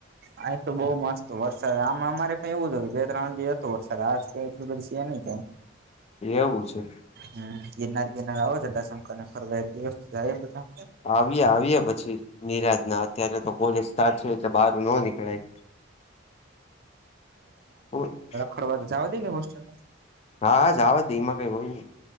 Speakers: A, on the right; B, on the left.
A: આજ તો બઉ મસ્ત વરસાદ આમ અમારે પણ એવું હતું બે ત્રણ દિ હતો વરસાદ આ ક એટલી બધી છે નહી કઈ.
B: એવું છે.
A: હમ્મ, ગિરનાર બિરનાર આવો છટા શંકર ને ફરવા એક દિવસાય બધા.
B: આવીએ આવીએ પછી નિરાશ ના અત્યારે તો કોલેજ સાચવે તે બહાર ન નીકળાય, <unintelligible>
A: ખરવા જવા દે કે હોસ્ટેલમાં?
B: હા જાવા દે એમાં કઈ હોય ની.